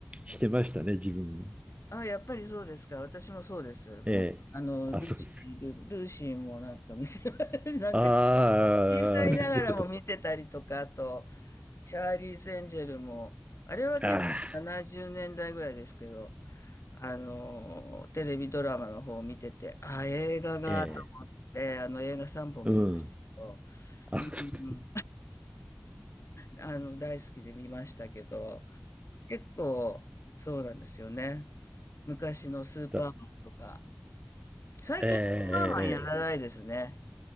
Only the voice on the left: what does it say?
あ、やっぱりそうですか。私もそうです。もう、
あの、
ルーシー、
ル、ルーシーもなんか見て、<laughs> なんか
小さいながらも見てたりとか、
あと、チャーリーズ・エンジェルも、あれは結構70年代ぐらいですけど、
あのー、テレビドラマの方を見てて、あ、映画があっ
て、あの映画3本見ましたけど、
うんうん、
あの、大好きで見ましたけど、結構、そうなんですよね。昔のスーパーマンとか、
最近スーパーマンやらないですね。